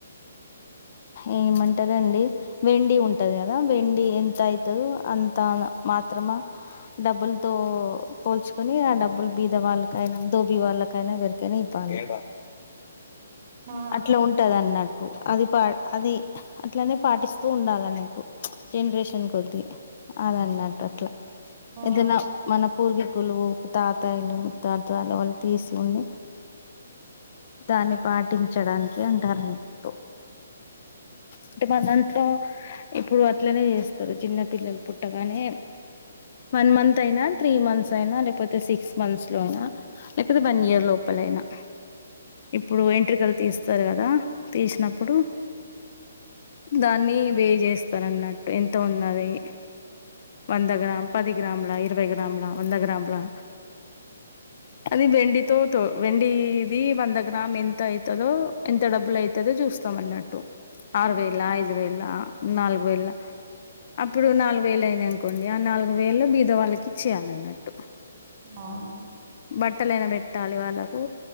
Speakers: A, on the left; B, on the right.
A: ఏమంటారండి వెండి ఉంటది కదా వెండి ఎంత అయితదో అంతా మాత్రమా డబ్బుల్ తో పోల్చుకుని ఆ డబ్బులు బీ ద వాళ్ళకైనా ధోబి వాళ్ళకైనా ఎవరికైనా ఇవ్వాలి
B: మా
A: అట్లా ఉంటదన్నట్ టు అది పా అది అట్లానే పాటిస్తూ ఉండాలన్నట్టు జనరేషన్ కొద్దీ అదన్నట్టు అట్లా
B: మా
A: ఏదనా మన పూర్వీకులు తాతాయలు ము త్తతాలు వళ్ళు తిసి ఉండి దాన్ని పాటించడానికి అంటారన్నట్టు అంటే మా దాంట్లో ఇప్పుడు అట్లనే చేస్తారు చిన్న పిల్లలు పుట్టగానే వన్ మంత్ అయినా త్రీ మంత్స్ అయినా లేకపోతే సిక్స్ మంత్స్ లో అయినా లేకపోతే వన్ ఇయర్ లోపల అయినా ఇప్పుడు ఎంట్ర కలు తీస్తారు కదా తీసినప్పుడు దాన్ని వే చేస్తారన్నట్టు ఎంత ఉన్నది వంద గ్రామ్ పది గ్రామ్లా ఇరవై గ్రామ్లా వంద గ్రామ్లా
B: అ
A: అది వెండి తో తో వెండిది వంద గ్రామ్ ఎంత అవుతదో ఎంత డబ్బులు అవుతదో చూస్ మన్నట్టు ఆరు
B: అవునండి
A: వేల ఐదు వేలా నాలుగు వేల్ అప్పుడు నాలుగు వేలు అయినయి ఆనుకోండి ఆ నాలుగు వేలు బిదవాళ్ళకి ఇచ్చేయాలన్నట్టు
B: ఆ
A: బట్టలైన పెట్టాలి వాళ్ళకు